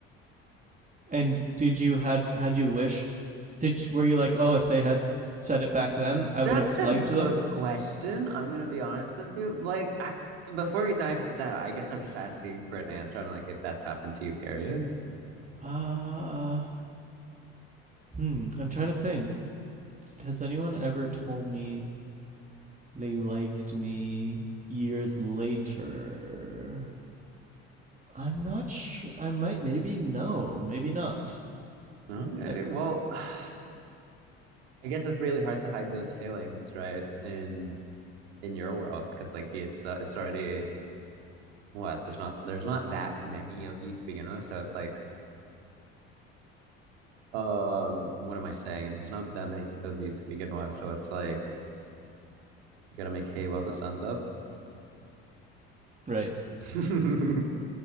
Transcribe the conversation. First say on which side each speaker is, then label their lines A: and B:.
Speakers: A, on the right; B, on the right.
A: and did you had had you wished? Did you, were you like, oh, if they had said it back then, I would
B: That's
A: have
B: a
A: liked
B: good
A: them.
B: question. I'm gonna be honest with you. Like, I, before we dive into that, I guess I'm just asking for an answer on like if that's happened to you, period.
A: Uh, hmm. I'm trying to think. Has anyone ever told me they liked me years later? I'm not sure. I might, maybe no, maybe not.
B: Okay.
A: Uh,
B: Well, <sighs> I guess it's really hard to hide those feelings, right? In in your world, because like it's uh, it's already what there's not there's not that many of you to begin with so it's like um what am i saying and there's not that many t- of you to begin with so it's like you gotta make hay while the sun's up
A: right.
B: <laughs>